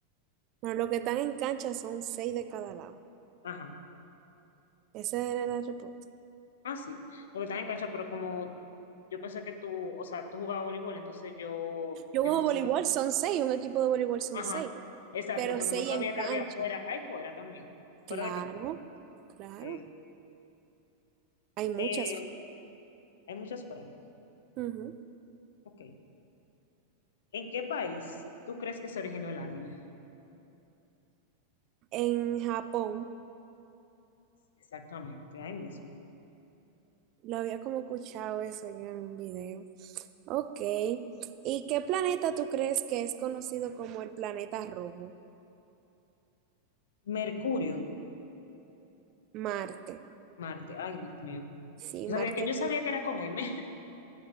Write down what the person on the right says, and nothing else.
Bueno, los que están en cancha son seis de cada lado.
Ese era el reporte.
Yo
juego
voleibol, son seis, un equipo de voleibol son
seis,
pero
seis
en cancha.
Claro,
claro.
Hay muchas.
Ujú.
En Japón,
lo había como escuchado eso yo en un video. Ok. ¿Y qué planeta tú crees que es conocido como el planeta rojo?
Marte.
Sí,
Marte